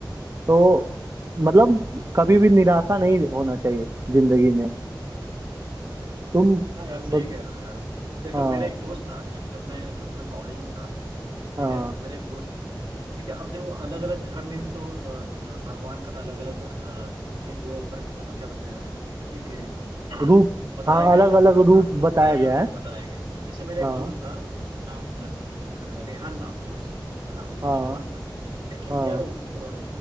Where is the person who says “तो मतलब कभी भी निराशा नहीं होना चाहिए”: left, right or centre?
Right